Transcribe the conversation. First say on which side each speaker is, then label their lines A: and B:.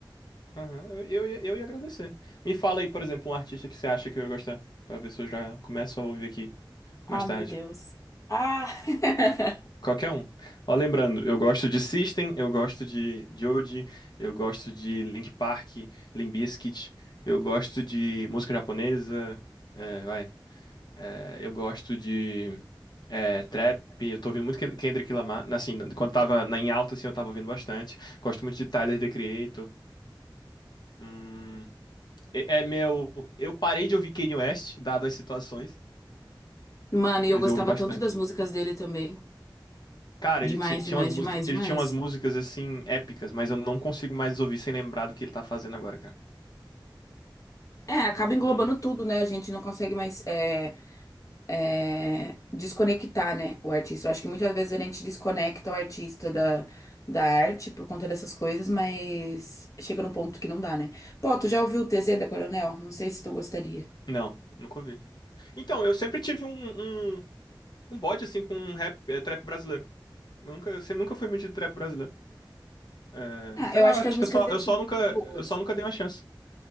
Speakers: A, on the left; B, on the left.
A: Aham, Eu, eu, ia- eu ia agradecer. Me fala aí, por exemplo, um artista que você acha que eu ia gostar, pra ver se eu já começo a ouvir aqui.
B: Ah,
A: Mais tarde.
B: meu Deus. Ah! <laughs>
A: Qualquer um. Ó, lembrando, eu gosto de System, eu gosto de Joji, eu gosto de Link Park, Limp Bizkit, eu gosto de música japonesa, é, vai. É, eu gosto de é, trap, eu tô ouvindo muito Ken- Kendrick Lamar, assim, quando tava na- em alta, assim, eu tava ouvindo bastante. Gosto muito de Tyler, The Creator. Hum, é, é meu... Eu parei de ouvir Kanye West, dado as situações,
B: Mano, e
A: mas
B: eu gostava
A: eu ouvi bastante.
B: tanto das músicas dele também.
A: Cara,
B: Demais,
A: ele ti- tinha
B: demais,
A: umas músicas,
B: demais, demais.
A: ele tinha umas músicas assim épicas, mas eu não consigo mais ouvir sem lembrar do que ele tá fazendo agora, cara.
B: É, acaba
A: Não,
B: englobando
A: não dá.
B: tudo, né? A gente não consegue mais é, é, desconectar, né, o artista. Eu acho que muitas vezes a gente desconecta o artista da, da arte por conta dessas coisas, mas chega num ponto que não dá, né? Pô, tu já ouviu o TZ da Coronel? Não sei se tu gostaria.
A: Não, nunca ouvi. Então, eu sempre tive um, um, um bode assim com um rap, eh, trap brasileiro. Eu nunca, eu nunca fui muito de trap brasileiro. Eh,
B: Ah,
A: sei
B: eu
A: lá,
B: acho
A: acho
B: que as
A: que
B: músicas
A: eu só,
B: dele
A: eu só
B: são muito
A: nunca,
B: boas.
A: eu só nunca dei uma chance.